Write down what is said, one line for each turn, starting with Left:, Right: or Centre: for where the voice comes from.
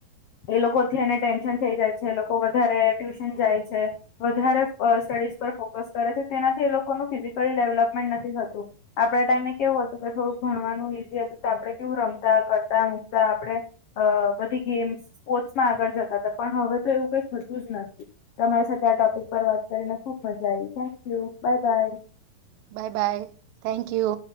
Left: એ લોકોથી એને ટેન્શન થઈ જાય છે એ લોકો વધારે ટ્યુશન જાય છે. વધારે ફ સ્ટડીઝ પર ફોકસ કરે છે તેનાથી એ લોકોનું ફિઝિકલ ડેવલપમેન્ટ નથી થતું. આપડા ટાઈમે કેવું હતું કે થોડુંક ભણવાનું ઈઝી હતું તો આપડણે કેવું રમતા, કરતા, મૂકતા આપડે અ બધી ગેમ્સ સ્પોર્ટ્સમાં આગળ જતા હતા પણ હવે તો એવું કઈ થતું જ નથી. તમારી સાથે આ ટોપિક પર વાત કરીને ખુબ મજા આવી. Thank you. Bye bye.
Right: Bye bye. Thank you.